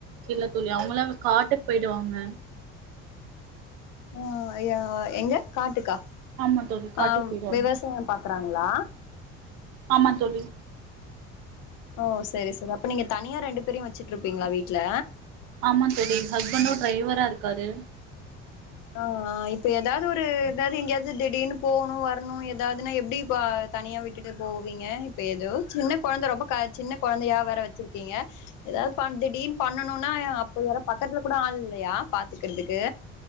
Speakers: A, on the right; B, on the left.
A: இல்ல தோழி அவங்களா காட்டுக் போய்டுவாங்க
B: ம் யா எங்க காட்டுக்கா
A: ஆமா தோழி காட்டுக்கு
B: அ
A: போயிடுவாங்க
B: விவசாயம் பாக்குறாங்களா
A: ஆமா தோழி
B: ஓ சரி சரி அப்ப நீங்க தனியா ரெண்டு பேரையு வச்சிட்டு இருப்பீங்களா வீட்ல
A: ஆமா தோழி ஹஸ்பண்டு டிரைவரா இருக்காரு
B: அ இப்ப ஏதாவது ஒரு ஏதாவது எங்கேயாவது திடீர்னு போணு வர்ணு ஏதாவதுன்னா எப்படி இப்ப தனியா விட்டுட்டு போவீங்க இப்ப ஏதோ சின்ன குழந்தை ரொம்ப சின்ன குழந்தையா வேற வச்சிருக்கீங்க ஏதாவ் பண் திடீன் பண்ணனோனா அப்ப யார பக்கத்துல கூட ஆள் இல்லையா பாத்துக்கிற்துக்கு